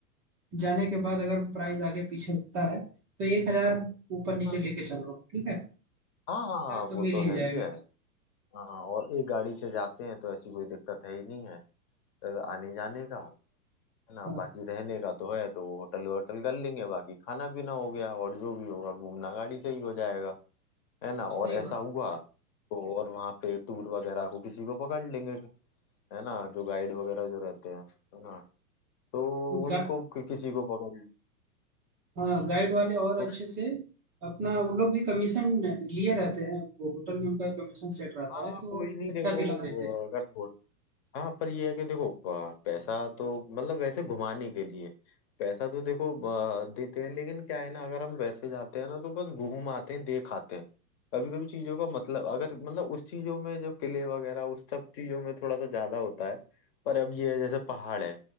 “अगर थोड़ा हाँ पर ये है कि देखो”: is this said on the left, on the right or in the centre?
Left